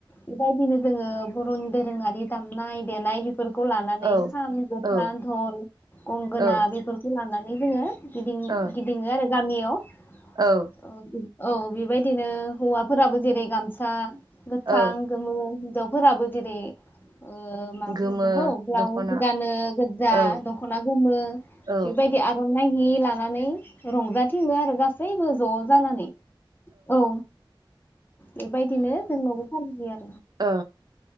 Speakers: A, on the left; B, on the right.
A: बेबायदिनो जोङो बर'नि दोरोङारि दामनाय देनाय फोरखौ लानानै
B: औ
A: खाम जथा
B: औ
A: दल गंगोना
B: औ
A: बेफोरखौ लानानै नानै जोङो गिदिं
B: ओ
A: गिदिङो आरो गामियाव अ
B: औ
A: बि औ बेबायदिनो हौवाफोराबो जेरै गामस सा गोथां
B: औ
A: गोमो हिनजावफोराबो जेरै ओ माब
B: गोमो
A: बुङो बेखौ ब्लाउस
B: दख'ना
A: गानो गोजा
B: औ
A: दख'ना गोमो
B: औ
A: बेबायदि आर'ना नाय हि लानानै रंजाथिंयो आरो गासै सैबो ज' जानानै औ बेबायदिनो जोंनावबो फालियो आरो
B: ओ